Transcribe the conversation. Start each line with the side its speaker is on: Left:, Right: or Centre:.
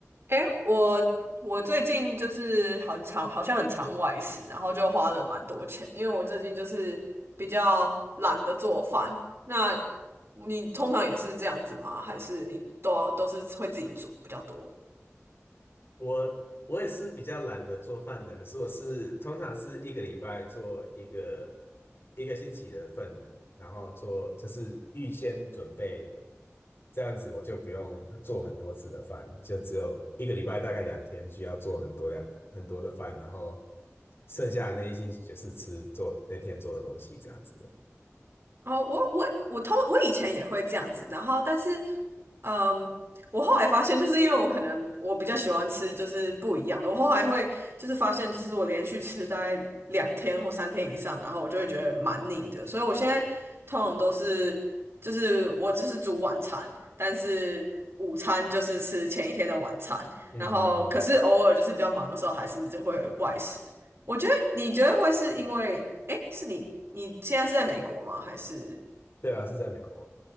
Right: 诶，我我最近就是很常，好像很常外食，然后就花了蛮多钱，因为我最近就是比较懒得做饭。那你通常也是这样子吗？还是你都要都是会自己煮比较多？
Left: 我我也是比较懒得做饭的，可是我是通常是一个礼拜做一个一个星期的份，然后做就是预先准备，这样子我就不用做很多次的饭，就只有一个礼拜大概两天需要做很多量很多的饭，然后剩下的那一星期就是吃做那天做的东西这样子。
Right: 哦，我我我通我以前也会这样子，然后但是，嗯，我后来发现，就是因为我可能我比较喜欢吃就是不一样的，我后来会就是发现，就是我连续吃大概两天或三天以上，然后我就会觉得蛮腻的，所以我现在通常都是就是我只是煮晚餐，但是午餐就是吃前一天的晚餐，
Left: 嗯嗯嗯，
Right: 然后可是偶尔就是比较忙的时候，还是就会外食。我觉得你觉得会是因为，哎，是你你现在是在美国吗？还是
Left: 对啊，是在美国。